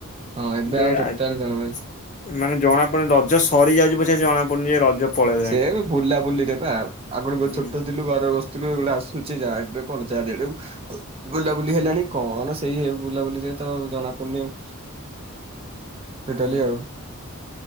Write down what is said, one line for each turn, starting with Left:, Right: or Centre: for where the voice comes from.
Right: ହଁ ଏବେ
Left: <unintelligible>
Right: ଆଉ ଟୋଟାଲ ଜଣା ନାହିଁ।
Left: ମାନେ ଜଣା ପଡୁନି ରଜ ସରି ଯାଉଚି ପଛେଜଣା ପଡୁନି ଯେ ରଜ ପଳେଇଲାଣି।
Right: ସେ ବି ବୁଲା ବୁଲିରେ ପା ଆଗରୁ
Left: ହୁଁ
Right: ଛୋଟ ଥିଲୁ ଘର ବସ <unintelligible> ଆସୁଚି ଯାହା ଏବେ କଣ ଚାରିଆଡେ ବୁଲାବୁଲି ହେଲାଣି କଣ ସେଇ ବୁଲାବୁଲିରେ ତ ଜଣା ପଡୁନି ଆଉ <unintelligible>
Left: ହୁଁ
Right: ଆଉ।